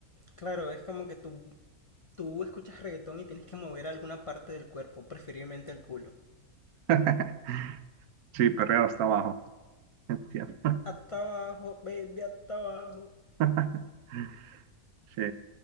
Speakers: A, on the left; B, on the right.
A: Claro, es como que tú, tú escuchas reggaetón y tienes que mover alguna parte del cuerpo, preferiblemente el culo.
B: <laughs> Sí, perreo hasta abajo. Entiendo.
A: Hasta abajo, baby, hasta abajo.
B: <laughs> Sí,